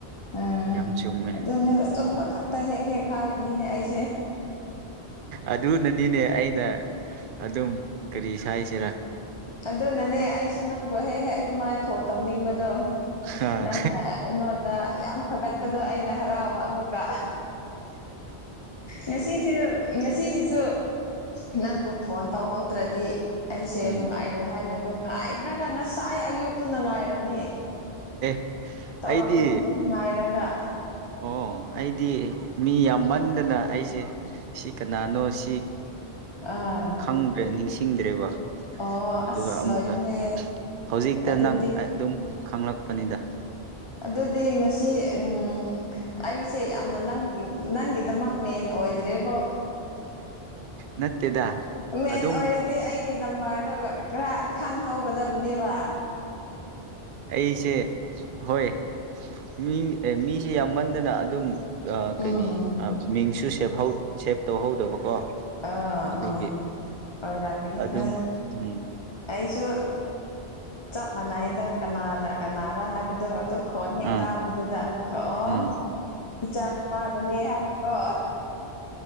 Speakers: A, on the left; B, on the right.
A: ꯎꯝ
B: ꯌꯥꯝ ꯆꯨꯝꯃꯦ
A: ꯑꯗꯨꯅꯦ ꯆꯨꯝꯕ ꯈꯛꯇ ꯍꯦꯛ ꯍꯦꯛ ꯍꯥꯏꯕꯅꯤꯅꯦ ꯑꯩ
B: ꯑꯗꯨꯅꯅꯤꯅꯦ ꯑꯩꯅ ꯑꯗꯨꯝ ꯀꯔꯤ ꯍꯥꯢꯁꯤꯔꯥ
A: ꯑꯗꯨꯅꯅꯦ ꯑꯩꯁꯨꯨ ꯅꯪ ꯅꯪꯕꯨ ꯍꯦꯛ ꯍꯦꯛ ꯑꯗꯨ ꯃꯥꯏ ꯐꯣꯟ ꯇꯧꯅꯤꯡꯕꯗꯣ
B: ꯑ
A: ꯅꯪꯅ ꯑꯩꯉꯣꯟꯗ ꯐꯊꯒꯠꯄꯗꯣ ꯑꯩꯅ ꯍꯔꯥꯎꯕ ꯑꯃꯨꯛꯀ ꯉꯁꯤꯁꯤ ꯉꯁꯤꯁꯤꯁꯨ ꯅꯪꯕꯨ ꯐꯣꯟ ꯇꯧꯍꯧꯗ꯭ꯔꯗꯤ ꯑꯩꯁꯦ
B: ꯎꯝ
A: ꯅꯨꯡꯉꯥꯏꯔꯣꯏ ꯍꯥꯏꯅꯒ ꯉꯥꯏꯕ꯭ꯔꯒ ꯉꯁꯥꯏ ꯑꯌꯣꯛꯇꯨꯅ ꯉꯥꯏꯔꯕꯅꯦ
B: ꯑꯦ
A: ꯇꯧꯔꯛꯄꯗꯣ
B: ꯑꯩꯗꯤ
A: ꯑꯗꯨꯝ ꯉꯥꯏꯔꯒ
B: ꯑꯣ ꯑꯩꯗꯤ ꯃꯤ ꯌꯥꯝꯃꯟꯗꯅ ꯑꯩꯁꯦ ꯁꯤ ꯀꯅꯥꯅꯣ ꯁꯤ
A: ꯑꯥ
B: ꯈꯪꯗ꯭ꯔꯦ ꯅꯤꯡꯁꯤꯡꯗ꯭ꯔꯦꯕ
A: ꯑꯣ
B: ꯑꯗꯨꯒ
A: ꯑꯁ
B: ꯑꯃꯨꯛꯀ
A: ꯂꯣꯏꯔꯦꯍꯦ
B: ꯍꯧꯖꯤꯛꯇ
A: ꯑꯗꯨꯗꯤ
B: ꯅꯪ ꯑꯗꯨꯝ ꯈꯪꯂꯛꯄꯅꯤꯗ
A: ꯑꯗꯨꯗꯤ ꯉꯁꯤ ꯎꯝ ꯑꯩꯁꯦ ꯌꯥꯝꯅ ꯅꯪꯒꯤ ꯅꯪꯒꯤꯗꯃꯛ ꯃꯦꯟ ꯑꯣꯏꯗ꯭ꯔꯤꯕ
B: ꯅꯠꯇꯦꯗ
A: ꯃꯦꯟ
B: ꯑꯗꯨꯝ
A: ꯑꯣꯏꯔꯗꯤ ꯑꯩ ꯒꯤ ꯅꯝꯕꯔꯗꯨꯒ ꯈꯔ ꯈꯪꯍꯧꯒꯗꯕꯅꯦꯕ
B: ꯑꯩꯁꯦ ꯍꯣꯏ ꯃꯤ ꯃꯤꯁꯦ ꯌꯥꯝꯃꯟꯗꯅ ꯑꯗꯨꯝ
A: ꯎꯝ
B: ꯀꯩꯅꯤ ꯃꯤꯡꯁꯨ ꯁꯦꯞ ꯇꯧꯍꯧꯗꯕꯀꯣ
A: ꯑ
B: ꯑꯗꯨꯒꯤ
A: ꯎꯝ ꯍꯣꯏꯔꯝꯒꯅꯤ
B: ꯑꯗꯨꯝ
A: ꯍ
B: ꯎꯝ
A: ꯑꯩꯁꯨ ꯆꯞ ꯃꯥꯟꯅꯏꯗ ꯀꯅꯥꯗ ꯀꯅꯥꯔꯥ ꯍꯥꯏꯕꯗꯣ ꯑꯗꯨ ꯈꯣꯟ ꯍꯦꯛ
B: ꯑꯥ
A: ꯇꯥꯕꯗꯨꯗ ꯑꯃꯨꯛꯀ
B: ꯎꯝ
A: ꯑꯣ ꯏꯆꯥ ꯅꯨꯄꯥꯗꯨꯅꯦ ꯍꯥꯏꯅꯀꯣ